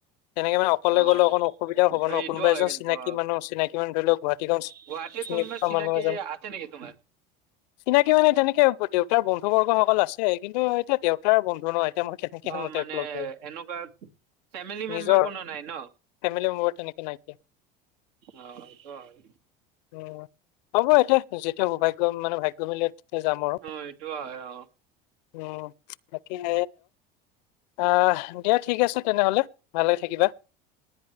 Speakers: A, on the left (about 80°); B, on the right (about 80°).
A: তেনেকে মানে অকলে
B: অ',
A: গ'লে অকণ অসুবিধা হ'ব নহ,
B: এইটোও
A: কোনোবা
B: হয়
A: এজন
B: কিন্তু
A: চিনাকি
B: অ'।
A: মানুহ, চিনাকি মানুহ ধৰি লওঁক গুৱাহাটীখন
B: গুৱাহাটীৰ
A: চিনি
B: কোনোবা
A: পোৱা
B: চিনাকি
A: মানুহ এজন,
B: আছে নেকি তোমাৰ?
A: চিনাকি মানে তেনেকে কে হ'ব দিয়ক। বন্ধু বৰ্গসকল আছে কিন্তু এতিয়া দেউতাৰ বন্ধু নহ। মই কেনেকে
B: অ মানে
A: <unintelligible>
B: এনেকুৱা ফেমিলি মেম্বাৰ
A: নিজৰ
B: কোনো নাই ন?
A: ফেমেলি মেম্বৰ তেনেকে নাইকিয়া
B: অ এইটো হয়।
A: উম, হ'ব এতিয়া যেতিয়া সৌভাগ্য দম মানে ভাগ্য মিলে তেতিয়া যাম আৰু।
B: অ' এইটো হয়। অ'
A: উম বাকি হ <unintelligible> অ' দিয়া ঠিক আছে। তেনেহ'লে ভালদৰে থাকিবা।